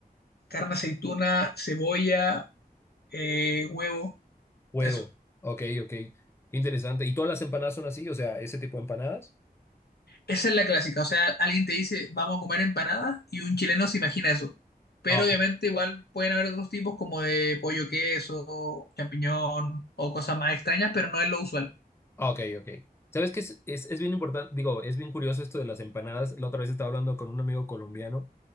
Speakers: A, on the left; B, on the left.
A: Carne, aceituna, cebolla, eh, huevo.
B: Huevo.
A: Eso.
B: Ok, ok. Qué interesante. ¿Y todas las empanadas son así? O sea, ese tipo de empanadas.
A: Esa es la clásica, o sea, alguien te dice, vamos a comer empanadas y un chileno se imagina eso. Pero
B: Ah, ok.
A: obviamente igual pueden haber otros tipos como de pollo queso, champiñón o cosas más extrañas, pero no es lo usual.
B: Ok, ok. ¿Sabes qué es, es, es bien importante? Digo, es bien curioso esto de las empanadas. La otra vez estaba hablando con un amigo colombiano